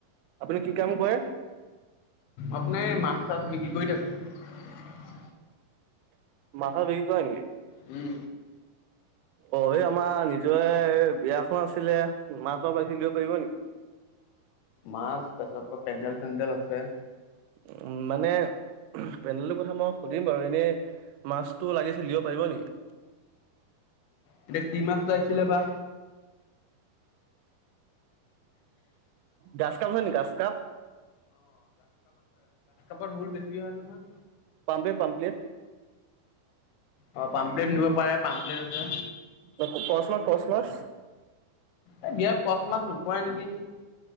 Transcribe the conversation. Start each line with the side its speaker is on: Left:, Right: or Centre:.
Right: আপুনি কি কাম কৰে
Left: আপোনাৰ এই মাছ চাছ বিক্ৰী কৰি থাকো
Right: মাঠা বিকি কৰে নেকি
Left: উম
Right: অ এই আমাৰ নিজৰে বিয়াখন আছিলে মাছৰ মাখি লিব পাৰিব নেকি
Left: মাছ তাৰ পিছত পেণ্ডেল চেন্দে আছে
Right: উ মানে পেডেলটোৰ কথা মই সুধিম বাৰু এনেই মাছটো লাগিছিল দিব পাৰিব নেকি
Left: এতিয়া কি মাছ লৈ আহিছিলে বা
Right: গাছ কাপ আছে নেকি গাছ কাপ
Left: ম ভোল বেছি হয় নহয়
Right: পাম্পে পাম্পলে
Left: অ পাম্পেট নি উপায়ে পামলে আছে
Right: কচ মাছ কচ মাছ
Left: এই বিয়াত কচ মাছ নুখোৱাই নেকি